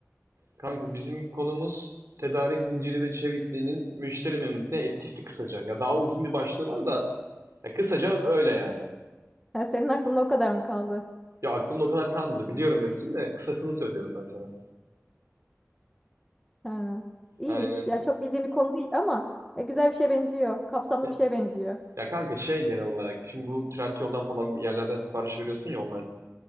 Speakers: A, on the right (about 70°); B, in the centre.
A: Kanka bizim konumuz tedarik zinciri ve çevikliğinin müşteri memnuniyetine etkisi kısaca. Ya daha uzun bir başlığı var da ya kısaca öyle yani.
B: Ha, senin aklında o kadar mı kaldı?
A: Ya aklımda o kadar kalmadı. Biliyorum hepsini de kısasını söylüyorum ben sana.
B: Ha. İyiymiş.
A: Aynen.
B: Yani çok bildiğim bir konu değil ama e, güzel bir şeye benziyor. Kapsamlı
A: Ya,
B: bir şeye benziyor.
A: ya kanka şey genel olarak şimdi bu Trendyol'dan falan bir yerlerden sipariş veriyorsun ya online.